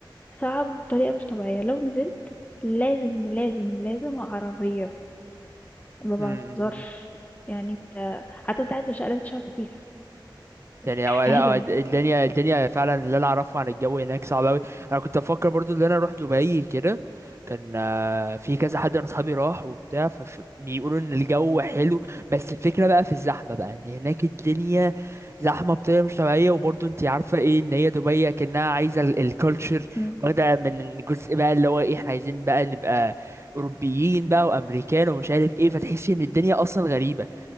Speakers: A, on the left; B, on the right.
A: صعب بطريقة مش طبيعية، لو نزلت لازم، لازم، لازم عربية، ما باهزرش،
B: <laughs>
A: يعني أنت حتى وأنت قاعد في الشقة لازم تشغل تكييف،
B: يعني
A: استحالة.
B: هو لا هو الدنيا الدنيا فعلا اللي انا اعرفه عن الجو هناك صعب قوي انا كنت بفكر برضو ان انا اروح دبي كده كان آه، في كذا حد من اصحابي راح وبتاع فبيقولوا ان الجو حلو بس الفكره بقى في الزحمه بقى ان هناك الدنيا زحمه بطريقه مش طبيعيه وبرضو انت عارفه ايه ان هي دبي كانها عايزه الكالتشر
A: إمم،
B: واخده من جزء بقى اللي هو ايه احنا عايزين بقى نبقى اوروبيين بقى وامريكان ومش عارف ايه فتحسي ان الدنيا اصلا غريبه